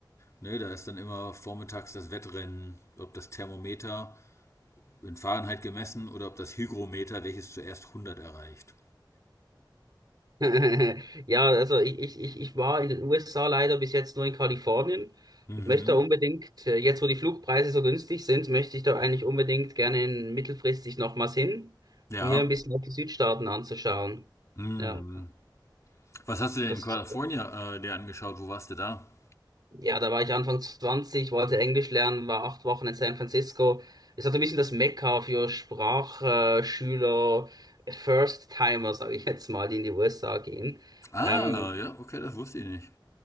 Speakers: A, on the left (about 40°); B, on the right (about 55°).
A: Ne, da ist dann immer vormittags das Wettrennen, ob das Thermometer in Fahrenheit gemessen oder ob das Hygrometer, welches zuerst 100 erreicht.
B: <laughs> Ja, also ich, ich, ich ich war in den USA leider bis jetzt nur in Kalifornien.
A: Mhm.
B: Möchte da unbedingt, äh, jetzt wo die Flugpreise so günstig sind, möchte ich da eigentlich unbedingt gerne in- mittelfristig nochmals hin,
A: Ja.
B: um mir ein bisschen auch die Südstaaten anzuschauen.
A: Hm.
B: Ja,
A: Was hast du denn
B: das,
A: in Kalifornien äh, dir angeschaut? Wo warst du da?
B: ja, da war ich Anfang 20, wollte Englisch lernen, war acht Wochen in San Francisco. Ist halt ein bisschen das Mekka für Sprachschüler, First-Timer, sage ich jetzt mal, die in die USA gehen.
A: Ah,
B: Ähm,
A: ja, okay, das wusste ich nicht.